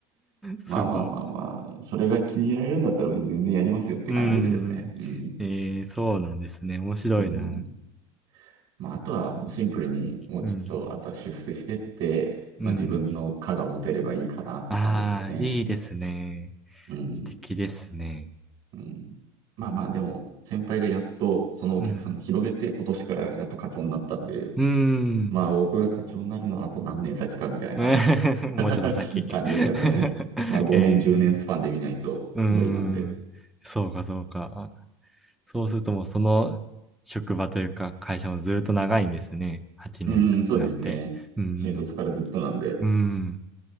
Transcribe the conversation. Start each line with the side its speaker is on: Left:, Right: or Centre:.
Centre: すごい。
Right: まあまあまあまあ、それが気に入られるんだったら全然やりますよって感じですけどね。
Centre: うん。
Right: うん。
Centre: えー、そうなんですね。面白いな。
Right: うん。まあ、あとはもうシンプルに、もうちょっと、
Centre: うん。
Right: あとは出世してって、
Centre: うん。
Right: まあ自分の課が持てればいいかなって感じですかね。
Centre: ああ、いいですね。
Right: うん。
Centre: 素敵ですね。
Right: うん。まあまあ、
Centre: うん。
Right: でも、先輩がやっとそのお客さんを広げて、
Centre: うん。
Right: 今年からやっと課長になったんで、
Centre: うん
Right: まあ僕が課長になるのはあと何年先かみたいな
Centre: <laughs>
Right: <laughs>
Centre: もうちょっと先。
Right: 感じですかね。
Centre: <laughs>
Right: まあ5年、
Centre: えー
Right: 10年スパンで見ないと無理なんで。
Centre: うーん。そうか、そうか。そうするともうその職場というか会社もずっと長いんですね。8年とかなって。
Right: うん、うんそうですね。
Centre: うん。
Right: 新卒からずっとなんで。
Centre: うん。